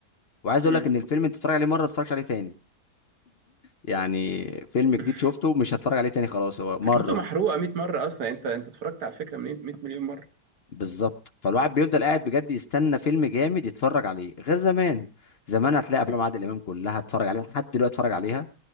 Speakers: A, on the left; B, on the right.
A: وعايز
B: امم
A: أقول لك إن الفيلم أنت بتتفرج عليه مرة ما تتفرجش عليه تاني يعني فيلم جديد
B: <laughs>
A: شفته مش هتفرج عليه تاني خلاص هو مرة
B: فكرته محروقة 100 مرة اصلا انت انت اتفرجت على الفكرة من 100 مليون مرة
A: بالظبط فالواحد بيفضل قاعد بجد يستنى فيلم جامد يتفرج عليه غير زمان زمان هتلاقي افلام عادل امام كلها اتفرج عليها لحد دلوقتي اتفرج عليها